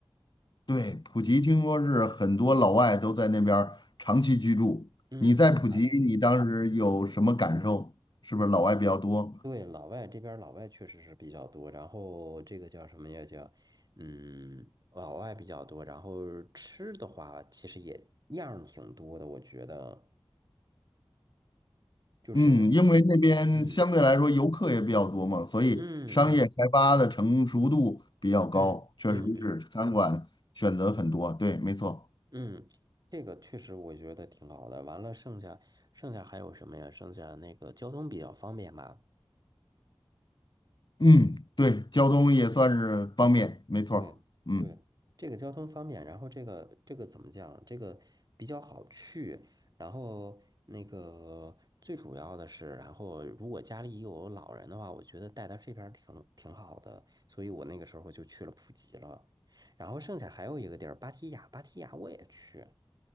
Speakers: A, on the left; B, on the right.
A: 对，普吉听说是很多老外都在那边儿长期居住。
B: 嗯，
A: 你在普吉，
B: 玩儿的。
A: 你当时有什么感受？是不是老外比较多？
B: 对，老外这边儿老外确实是比较多，然后这个叫什么呀？叫嗯，老外比较多，然后吃的话其实也样儿挺多的，我觉得就是
A: 嗯，因为那边相对来说游客也比较多嘛，
B: 嗯
A: 所以商业开发的成熟度比较高，
B: 嗯嗯嗯嗯嗯
A: 确实是餐馆选择很多。对，没错。
B: 嗯，这个确实我觉得挺好的。完了，剩下剩下还有什么呀？剩下那个交通比较方便吧。
A: 嗯，对，交通也算是方便，没错儿。
B: 对对，
A: 嗯。
B: 这个交通方便，然后这个这个怎么讲？这个比较好去，然后那个最主要的是，然后如果家里有老人的话，我觉得带到这边儿挺挺好的，所以我那个时候就去了普吉了。然后剩下还有一个地儿，芭提雅，芭提雅我也去，